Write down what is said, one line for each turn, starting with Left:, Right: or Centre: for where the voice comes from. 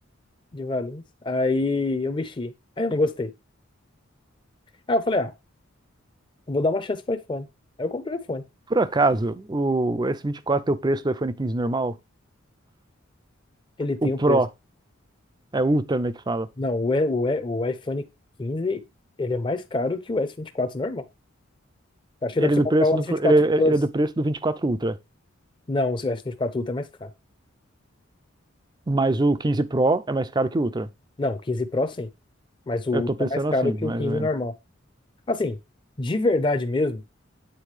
Left: de Valinhos. Aí eu mexi. Aí eu não gostei. Aí eu falei, ah, eu vou dar uma chance pro iPhone. Aí eu comprei o iPhone.
Right: Por acaso, o S24 é o preço do iPhone 15 normal?
Left: Ele tem
Right: O Pro,
Left: um preço.
Right: é Ultra, né, que fala.
Left: Não, o, E- o, E- o iPhone 15 ele é mais caro que o s vinte e quatro normal. Acho que
Right: Ele
Left: dá pra você
Right: é do
Left: comprar
Right: preço
Left: o
Right: do,
Left: S24
Right: ele,
Left: Plus.
Right: ele é do preço do 24 Ultra.
Left: Não, o S24 Ultra é mais caro.
Right: Mas o 15 Pro é mais caro que o Ultra.
Left: Não, o 15 Pro sim. Mas o
Right: Eu
Left: Ultra
Right: tô pensando
Left: é mais caro
Right: assim,
Left: que
Right: mais
Left: o 15
Right: ou menos.
Left: normal. Assim, de verdade mesmo,